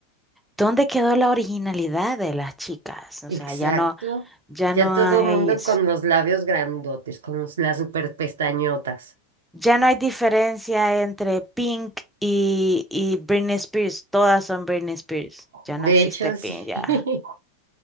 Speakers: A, in the centre; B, on the right (about 60°).
A: ¿Dónde quedó la originalidad de las chicas? O
B: Exacto.
A: sea, ya no. Ya
B: Ya
A: no
B: todo
A: hay,
B: mundo con los labios grandotes, con los- las super pestañotas.
A: ya no hay diferencia entre Pink y, y Britney Spears. Todas son Britney Spears. Ya
B: De
A: no existe
B: hecho,
A: Pink,
B: sí.
A: ya.
B: <laughs>